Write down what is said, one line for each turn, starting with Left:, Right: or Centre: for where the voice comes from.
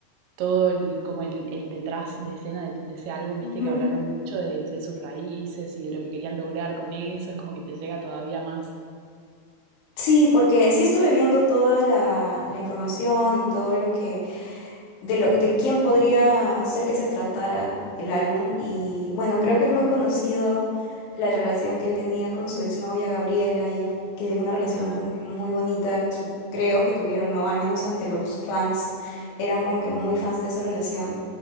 Right: todo el, como el, el detrás de escena de, de ese álbum, viste
Left: Ujú.
Right: que hablaron mucho de, de sus raíces y de lo que querían lograr con eso, es como que te llega todavía más.
Left: Sí, porque sí estuve viendo toda la, la información y todo lo que de lo, de quién podría ser que se tratara el álbum. Y bueno, creo que es muy conocido la relación que él tenía con su exnovia Gabriela y que una relación
Right: Ajá.
Left: como que muy bonita, su- creo que tuvieron, no, al menos ante los fans, eran como que muy fans de esa relación.